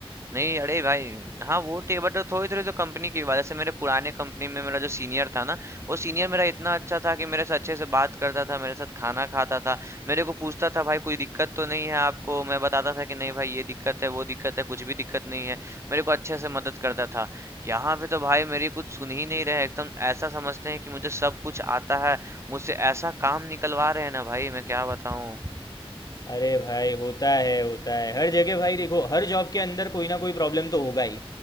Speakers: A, on the right; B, on the left.
A: नहीं अरे भाई हाँ वो टे बट थोड़ी थोड़ी तो कंपनी की बात जैसे मेरे पुराने कंपनी में मेरा जो सीनियर था ना वो सीनियर मेरा इतना अच्छा था कि मेरे से अच्छे से बात करता था मेरे साथ खाना खाता था मेरे को पूछता था भाई कोई दिक्कत तो नहीं है आपको मैं बताता था कि नहीं भाई ये दिक्कत है वो दिक्कत है कुछ भी दिक्कत नहीं है मेरे को अच्छे से मदद करता था यहाँ पे तो भाई मेरी कुछ सुन ही नहीं रहे एकदम ऐसा समझते हैं कि मुझे सब कुछ आता है मुझसे ऐसा काम निकलवा रहे हैं ना भाई मैं क्या बताऊँ
B: अरे भाई होता है होता है हर जगह भाई देखो हर जॉब के अंदर कोई ना कोई प्रॉब्लम तो होगा ही